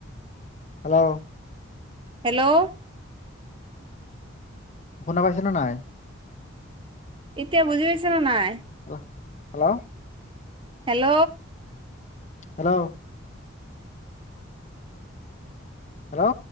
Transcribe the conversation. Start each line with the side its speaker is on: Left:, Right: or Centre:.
Left: হেল্ল'
Right: হেল্ল'
Left: শুনা পাইছ নে নাই।
Right: এতিয়া বুজি পাইছে নে নাই
Left: hello hello.
Right: Hello
Left: hello hello